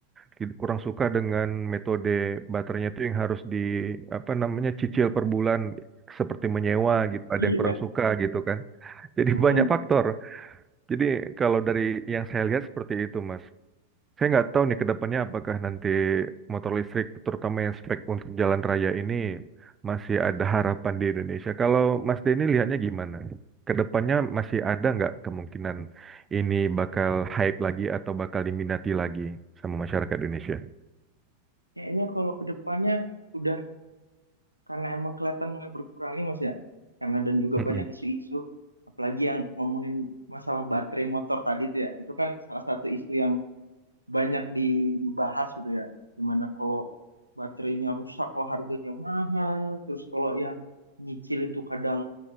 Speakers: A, on the right; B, on the left.
A: tid- kurang suka dengan metode baterainya itu yang harus di apa namanya cicil per bulan seperti menyewa gitu.
B: Iya.
A: Ada yang kurang suka gitu kan. Jadi
B: Mm-mm.
A: banyak faktor. Jadi kalau dari yang saya lihat seperti itu, Mas. Saya nggak tahu nih ke depannya apakah nanti motor listrik, terutama yang spek untuk jalan raya ini, masih ada harapan di Indonesia. Kalau Mas Denny lihatnya gimana? Ke depannya masih ada nggak kemungkinan ini bakal hype lagi atau bakal diminati lagi sama masyarakat Indonesia?
B: Kayaknya kalau ke depannya udah karena emang kelihatan mulai berkurang nih Mas ya. Karena dan juga
A: Mm-mm.
B: banyak isu-isu apalagi yang ngomongin masalah baterai motor tadi itu ya. Itu kan salah satu isu yang banyak dibahas gitu ya. Gimana kalau baterainya rusak kalau harganya mahal, terus kalau yang nyicil itu kadang